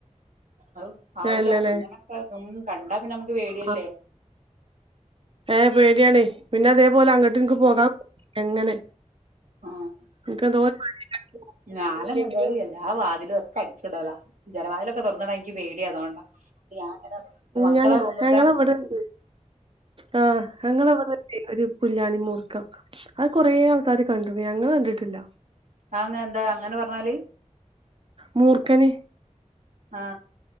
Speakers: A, on the right; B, on the right.
A: അഹ് ആവൂല
B: ഇല്ലല്ലേ
A: അങ്ങനൊക്കെ ഉം കണ്ട പിന്നെ നമുക്ക് പേടിയല്ലേ
B: ആ ഏ പേടിയാണ്. പിന്നെ അതേപോലെ അങ്ങോട്ട് എനിക്ക് പോകാ എങ്ങനെ
A: ആ
B: എനിക്കെന്തോ ഒരു പേടിയാ.
A: ഞാനാണെങ്കിൽ
B: ഇല്ലെങ്കിലും
A: എല്ലാ വാതിലും ഒക്കെ അടിച്ചിടല, ജനവാതിലൊക്കെ തുറന്നുണ്ടങ്കി എനിക്ക് പേടിയ, അതുകൊണ്ടാ ഞാൻ ഇങ്ങനെ മക്കളെ
B: ഞങ്ങള്
A: റൂമ്ത്തെ
B: ഇവിടെണ്ട്, ആ ഞങ്ങളെവിടെ ഒരു പുല്ലാനി മൂർക്കൻ അത് കൊറേ ആൾക്കാാര് കണ്ടിരുന്നു, ഞങ്ങൾ കണ്ടിട്ടില്ല.
A: അങ്ങനെ എന്താ അങ്ങനെ പറഞ്ഞാല്
B: മൂർഖന്
A: ആ